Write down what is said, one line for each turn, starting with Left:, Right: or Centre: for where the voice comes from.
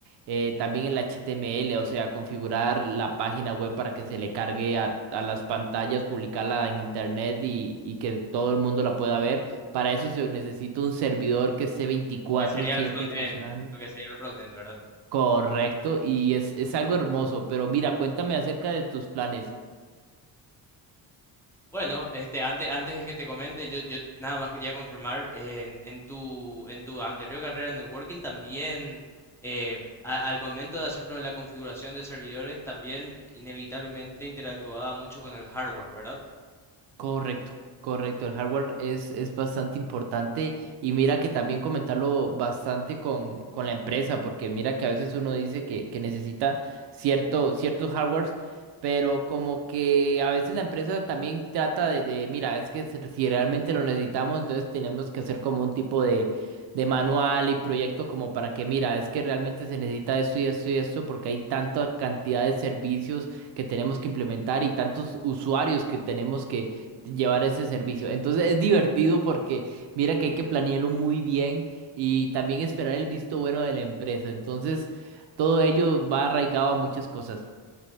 Right: eh, también el HTML, o sea, configurar la página web para que se le cargue a, a las pantallas, publicarla en internet y, y que todo el mundo la pueda ver. Para eso se necesita un servidor que esté 24/7
Centre: Lo que sería el front-end.
Right: funcionando.
Centre: Lo que sería el front-end, ¿verdad?
Right: Correcto, y es, es algo hermoso, pero mira, cuéntame acerca de tus planes.
Centre: Bueno, este, antes, antes de que te comente, yo, yo nada más quería confirmar, en, en tu, en tu anterior carrera en networking también, eh, a- al momento de hacerlo de la configuración de servidores, también inevitablemente interactuaba mucho con el hardware, ¿verdad?
Right: Correcto, correcto. El hardware es, es bastante importante y mira que también comentarlo bastante con, con la empresa, porque mira que a veces uno dice que, que necesita cierto, ciertos hardwares, pero como que a veces la empresa también trata de, de, mira, es que se- si realmente lo necesitamos, entonces tenemos que hacer como un tipo de, de manual y proyecto como para que, mira, es que realmente se necesita esto y esto y esto, porque hay tanta cantidad de servicios que tenemos que implementar y tantos usuarios que tenemos llevar ese servicio. Entonces es divertido porque mira que hay que planearlo muy bien y también esperar el visto bueno de la empresa. Entonces todo ello va arraigado a muchas cosas.